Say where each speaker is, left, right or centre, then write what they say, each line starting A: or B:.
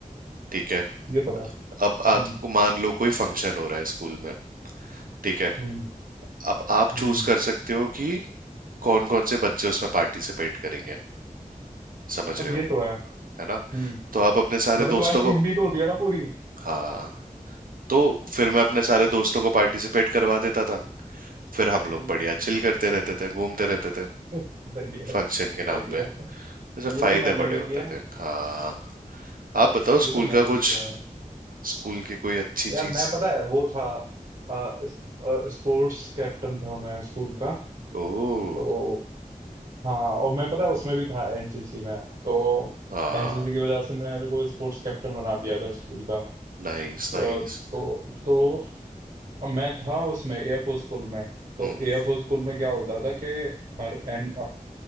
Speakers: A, on the right; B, on the right.
A: ठीक है
B: ये तो है
A: अब
B: हम्म
A: आपको मान लो कोई फंक्शन हो रहा है स्कूल में ठीक है
B: हम्म
A: अब आप
B: हम्म
A: चूज कर सकते हो कि कौन कौन से बच्चे उसमें पार्टिसिपेट करेंगे समझ
B: अब
A: रहे
B: ये
A: हो
B: तो है
A: है ना
B: हम्म
A: तो आप अपने सारे
B: मतलब तुम्हारी
A: दोस्तों
B: टीम
A: को
B: भी तो होती है ना पूरी
A: हाँ तो फिर मैं अपने सारे दोस्तों को पार्टिसिपेट करवा देता था फिर हम लोग
B: हम्म।
A: बढ़िया चिल करते रहते थे घूमते रहते थे
B: <laughs> सही है
A: फंक्शन
B: सही
A: के नाम पे
B: है
A: जैसे
B: ये
A: फायदे
B: तो मैंने
A: बड़े
B: भी
A: होते
B: किया है
A: थे हाँ आप बताओ
B: ये
A: स्कूल
B: तो मैंने
A: का
B: भी
A: कुछ
B: किया है
A: स्कूल की कोई अच्छी
B: यार
A: चीज
B: मैं पता है वो था अ, स- अ, स्पोर्ट्स कैप्टन था मैं स्कूल का
A: ओह
B: तो हाँ और मैं पता है उसमें भी था एनसीसी में तो
A: हाँ
B: एनसीसी की वजह से मेरे को स्पोर्ट्स कैप्टन बना दिया था स्कूल का
A: नाइस
B: तो
A: नाइस
B: तो, तो मैं था उसमें एयरफोर्स स्कूल में तो
A: हम्म
B: एयरफोर्स स्कूल में क्या होता था कि हर एन